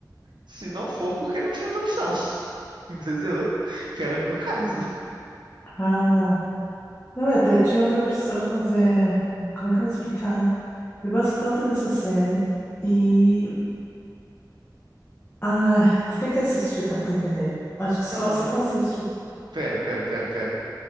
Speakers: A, on the right; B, on the left.
A: se não for porque não tinha outra opção. <laughs> Entendeu? Que era meu caso.
B: <laughs> Ah. Não, eu até tinha outra opção, mas é. Como é que eu vou explicar? Eu gosto tanto dessa série. E. Ai, tu tem que assistir pra tu entender. Acho que só
A: Não, não,
B: se
A: não.
B: tu assistir.
A: Pera, pera, pera, pera.